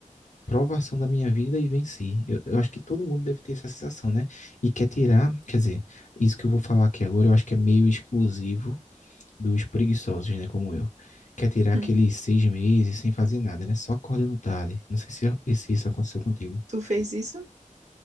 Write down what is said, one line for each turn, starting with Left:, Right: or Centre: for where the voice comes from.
Left: provação da minha vida e venci. Eu, eu acho que todo mundo deve ter essa sensação, né? E quer tirar, quer dizer, isso que eu vou falar aqui agora, eu acho que é meio exclusivo dos preguiçosos, né, como eu. Quer tirar aqueles
Right: <laughs>
Left: seis meses sem fazer nada, né? Só acordando tarde. Não sei se, é, se isso aconteceu contigo.
Right: Tu fez isso?